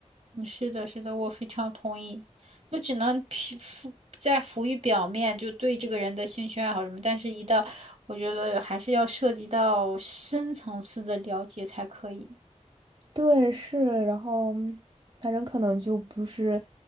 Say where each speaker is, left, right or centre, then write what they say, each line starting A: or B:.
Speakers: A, on the right (about 55°); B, on the right (about 35°).
A: 嗯，是的，是的，我非常同意。就只能皮浮在浮于表面，就对这个人的兴趣爱好什么，但是一到我觉得还是要涉及到深层次的了解才可以。
B: 对，是，然后反正可能就不是，